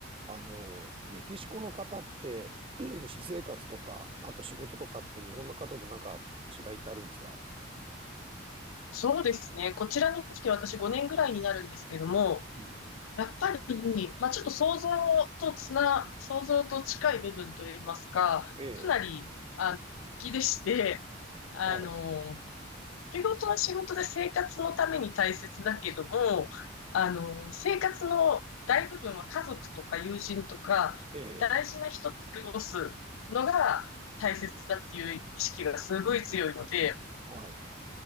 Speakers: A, on the right (about 25°); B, on the left (about 85°).
A: あの、メキシコの方って、<clears throat> 私生活とか、あと仕事とかって日本の方となんか違いってあるんですか
B: そうですね。こちらに来て私5年ぐらいになるんですけども、
A: うん。
B: やっぱり、まあ、ちょっと想像とつな、想像と近い部分といいますか、
A: ええ、
B: かなり、あの、気でして、あの、
A: はい、
B: 仕事は仕事で生活のために大切だけども、あの、生活の大部分は家族とか友人とか、
A: ええ、
B: 大事な人と過ごすのが大切だっていう意識がすごい強いので、
A: はい、